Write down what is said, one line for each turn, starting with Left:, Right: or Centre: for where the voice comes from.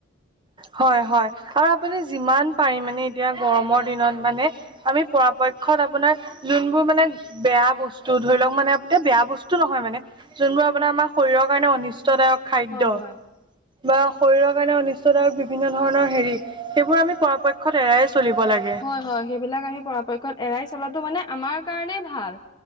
Right: হয় হয় আৰু, আপুনি যিমান পাৰি মানে এতিয়া গৰমৰ দিনত মানে আমি পৰাপক্ষত আপোনাৰ যোনবোৰ মানে বেয়া বস্তু ধৰি লওক মানে বেয়া বস্তু নহয় মানে যোনবোৰ আপোনাৰ আমাৰ শৰীৰৰ কাৰণে অনিষ্টদায়ক। খাদ্য
Left: হয় হয়।
Right: বা শৰীৰৰ কাৰণে অনিষ্টদায়ক বিভিন্ন ধৰণৰ হেৰি, সেইবোৰ আমি পৰাপক্ষত এৰাইয়ে চলিব লাগে।
Left: হয় হয়, সেইবিলাক আমি পৰাপক্ষত এৰাই চলাটো মানে আমাৰ কাৰণেই ভাল।